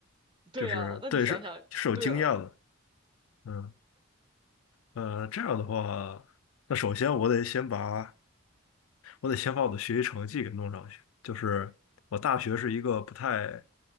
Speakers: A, on the right; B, on the left.
A: 对啊，
B: 就是对是是有经验的，
A: 那你想想，对啊，
B: 嗯呃，这样的话，那首先我得先把我得先把我的学习成绩给弄上去。就是我大学是一个不太，